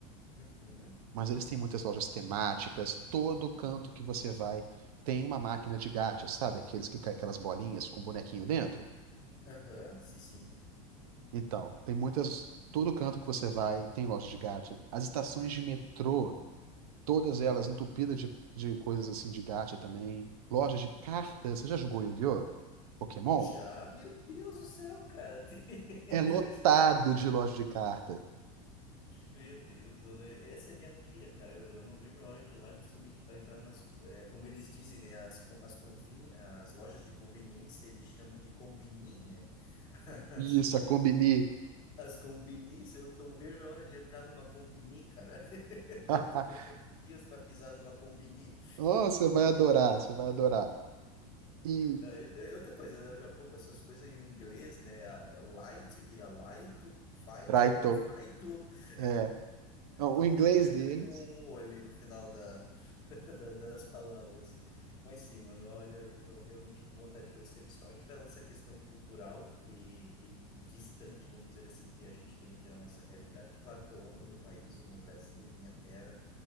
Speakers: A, on the left; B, on the right.
A: Uhum,
B: Mas eles têm muitas lojas temáticas, todo canto que você vai tem uma máquina de gacha, sabe? Aqueles que caem aquelas bolinhas com bonequinho dentro.
A: aham, sim, sim.
B: Então, tem muitas, todo canto que você vai tem loja de gacha. As estações de metrô Todas elas entupidas de, de coisas assim de gacha também. Lojas de cartas. Você já jogou Yu-Gi-Oh? Pokémon?
A: Já, meu Deus do céu, cara. <laughs> Isso
B: É lotado
A: aí
B: de loja de carta.
A: Meu Deus, eu- essa é minha pira, cara. Eu, eu não vejo a hora de ir lá justamente para entrar nas, eh, como eles dizem, né? As, con- as, conveni, as lojas de conveniência, eles chamam de combini, né? <laughs>
B: Isso,
A: As,
B: a Combini.
A: as combinis, eu não vejo a hora de entrar numa combini, cara. <laughs>
B: <laughs>
A: Eu tô contando os dias para pisar numa combini.
B: Oh, você vai adorar, você vai adorar. E
A: Aí, é Outra coisa, né? O Japão com essas coisas e o inglês, né? A Light vira light, fight
B: Raito.
A: vira fight. <laughs>
B: É. Não,
A: Tu,
B: O inglês
A: tu, tu termina
B: deles
A: com um O ali no final <laughs> da- das palavras. Mas sim, mano, olha, eu tô realmente com vontade de conhecer, principalmente pela essa questão cultural e, e distante, vamos dizer assim, que a gente tem aqui na nossa realidade. Claro que eu amo o meu país, eu amo o Brasil, minha terra,